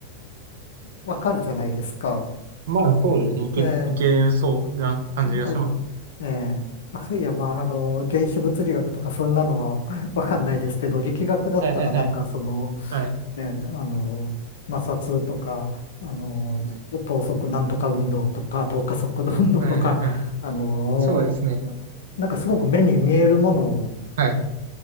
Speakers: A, on the left; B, on the right.
A: わかるじゃないですか。
B: まあ、そうですね。いけ、
A: ええ、
B: いけそうな感じがしますね。
A: なんかね、ええ、<laughs> あいや、まあ、あの、原子物理学とかそんなのは <laughs> わかんないですけど、力学だったらなんかその、
B: はいはいはい。はい。
A: ね、あの、摩擦とか、あの、
B: は
A: 等速なんとか運動とか、等加速度運動とか、
B: いはいはい。
A: あの、
B: そうですね。
A: なんかすごく目に見えるものを、
B: イメージがつくよね。はい。